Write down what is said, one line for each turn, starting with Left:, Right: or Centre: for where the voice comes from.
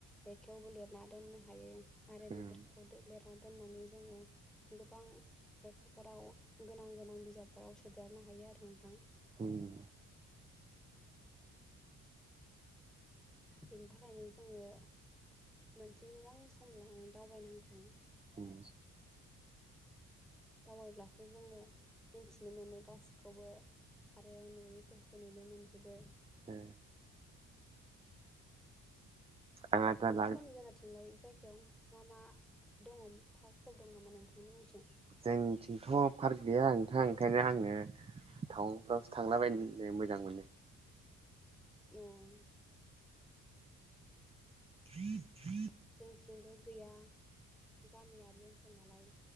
Centre: लेखायावबो लिरना दोननो हायो। आरो
Right: उम
Centre: बेफोरखौ लिरना दोननानै जोंङो गोबां लेखाफोराव गोनां गोनां बिजाबफोराव सोदेरनो हायो आरो नोंथां।
Right: ओम।
Centre: बेनि थाखायनो जोंङो मोनसे मोजां सम लानानै दावबायनांगौ।
Right: उम
Centre: दावबायब्लासो जोंङो मिन्थिनो मोनो गासैखौबो आरो नुयैफोरखौ नुनो मोनजोबो।
Right: ओ आं आद्रा
Centre: नोंथांमोननि
Right: ला
Centre: जायगाथिंलाय जायगायाव मा मा दङ पार्कफोर दङ नामा नोंथांमोननिथिं?
Right: जोंनिथिंथ' पार्क गैया नोंथां ओंखायनो आङो टावांफ्रावसो थांलाबायनो मोजां मोनो।
Centre: ओम।
Right: <unintelligible>
Centre: जोंथिंबो गैया गामियारि ओन्सोल नालाय